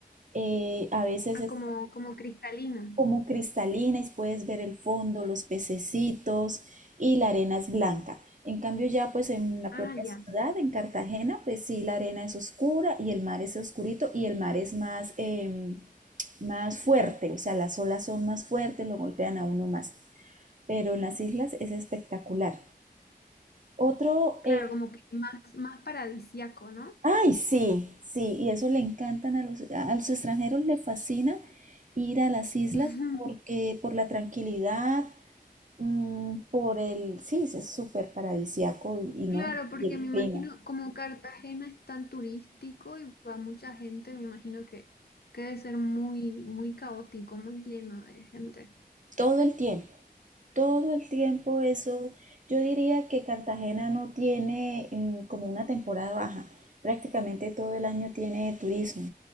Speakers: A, on the right; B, on the left.
A: eh, a veces
B: Ah,
A: es
B: como, como cristalino.
A: como cristalina y puedes ver el fondo, los pececitos y la arena es blanca. En cambio ya pues en la
B: Ah,
A: propia ciudad,
B: ya, súper.
A: en Cartagena, pues sí, la arena es oscura y el mar es oscurito y el mar es más, em, más fuerte, o sea, las olas son más fuertes, lo golpean a uno más. Pero en las islas es espectacular. Otro,
B: Claro,
A: eh,
B: como que más, más paradisíaco, ¿no?
A: ay, sí, sí, y eso le encantan a los, a los extranjeros, le fascina ir a las islas
B: <laughs>
A: porque por la tranquilidad, Mm, por el, sí, es súper paradisiaco y, y
B: Claro,
A: no,
B: porque
A: y
B: me
A: el
B: imagino,
A: clima.
B: como Cartagena es tan turístico y va mucha gente, me imagino que, que debe ser muy, muy caótico, muy lleno de gente.
A: Todo el tiempo, todo el tiempo eso. Yo diría que Cartagena no tiene mm, como una temporada baja. Prácticamente todo el año tiene turismo.